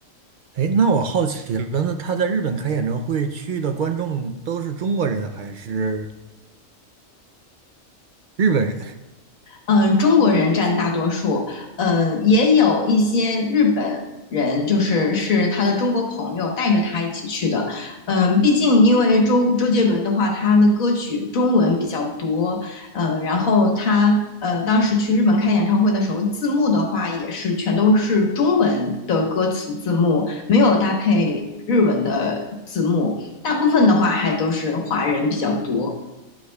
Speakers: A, on the right; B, on the left.
A: 哎，那我好奇了，那他在日本开演唱会去的观众都是中国人还是？日本人？
B: 嗯，呃中国人占大多数，嗯，呃也有一些日本人，就是是他的中国朋友带着他一起去的。嗯、呃毕竟因为周周杰伦的话，他的歌曲中文比较多，嗯，呃然后他呃当时去日本开演唱会的时候，字幕的话也是全都是中文的歌词字幕，没有搭配日文的字幕，大部分的话还都是华人比较多。